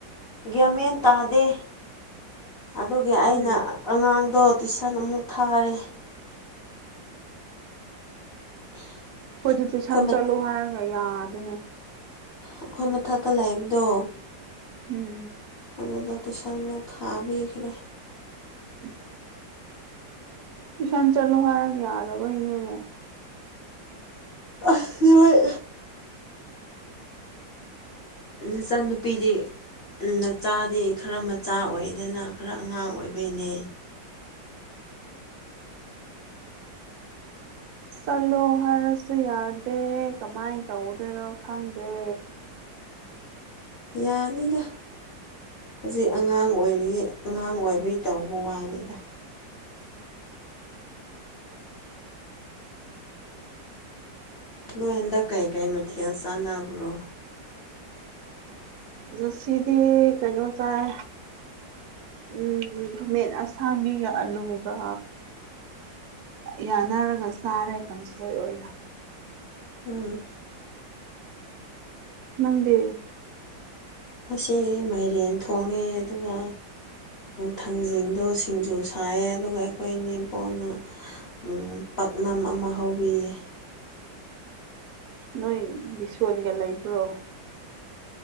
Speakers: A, on the left (about 35°); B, on the right (about 65°).
A: ꯒ꯭ꯌꯥꯃꯦꯟ ꯇꯥꯗꯦ ꯑꯗꯨꯒꯤ ꯑꯩꯅ
B: ꯎꯝ
A: ꯑꯉꯥꯡꯗꯣ ꯇꯨꯏꯁꯟ ꯑꯃꯨꯛ ꯊꯥꯔꯦ <inaudible>
B: ꯍꯣꯏꯗꯤ ꯇꯨꯏꯁꯟ
A: ꯑꯩꯈꯣꯏ
B: ꯆꯠꯂꯣ ꯍꯥꯏꯔꯒ ꯌꯥꯗꯦꯅꯦ
A: ꯑꯩꯈꯣꯏ ꯃꯊꯛꯇ ꯂꯩꯕꯗꯣ
B: ꯎꯝ
A: ꯑꯗꯨꯗ ꯇꯨꯏꯁꯟ ꯃꯨꯛ ꯊꯥꯕꯤꯈ꯭ꯔꯦ
B: <inaudible> ꯇꯨꯏꯁꯟ ꯆꯠꯂꯣ ꯍꯥꯏꯔꯒ ꯌꯥꯗꯕꯒꯤꯅꯤꯅꯦ
A: ꯑꯁ ꯅꯣꯏ ꯏꯆꯟ ꯅꯨꯄꯤꯗꯤ ꯎꯝ ꯅꯆꯥꯗꯤ ꯈꯔ ꯃꯆꯥ ꯑꯣꯏꯗꯅ ꯈꯔ ꯑꯉꯥꯡ ꯑꯣꯏꯕꯩꯅꯦ
B: ꯆꯠꯂꯣ ꯍꯥꯏꯔꯁꯨ ꯌꯥꯗꯦ ꯀꯃꯥꯏ ꯇꯧꯗꯣꯏꯔꯣ ꯈꯪꯗꯦ
A: ꯌꯥꯅꯤꯗ ꯍꯧꯖꯤꯛ ꯑꯉꯥꯡ ꯑꯣꯏꯔꯤꯌꯦ ꯑꯉꯥꯡ ꯑꯣꯏꯕꯩ ꯇꯧꯕ ꯋꯥꯅꯤꯗ ꯅꯣꯏ ꯍꯟꯗꯛ ꯀꯩ ꯀꯩ ꯃꯊꯦꯜ ꯆꯥꯟꯅꯕ꯭ꯔꯣ
B: ꯉꯁꯤꯗꯤ ꯀꯩꯅꯣ ꯆꯥꯏ ꯎꯝ ꯈꯃꯦꯟ ꯑꯁꯥꯡꯕꯤꯒ ꯑꯂꯨꯒ ꯌꯥꯅꯔꯒ ꯆꯥꯔꯦ ꯀꯥꯡꯁꯣꯏ ꯑꯣꯏꯅ
A: ꯎꯝ
B: ꯅꯪꯗꯤ
A: ꯉꯁꯤ ꯃꯥꯏꯔꯦꯟ ꯊꯣꯡꯉꯦ ꯑꯗꯨꯒ ꯊꯥꯡꯖꯤꯡꯗꯣ ꯁꯤꯡꯖꯨ ꯁꯥꯏꯌꯦ ꯑꯗꯨꯒ ꯑꯩꯈꯣꯏꯅꯤ ꯄꯨꯟꯅ ꯎꯝ ꯄꯥꯛꯅꯝ ꯑꯃ ꯍꯧꯕꯤꯌꯦ
B: ꯅꯣꯏ ꯕꯤꯁꯣꯟꯒ ꯂꯩꯕ꯭ꯔꯣ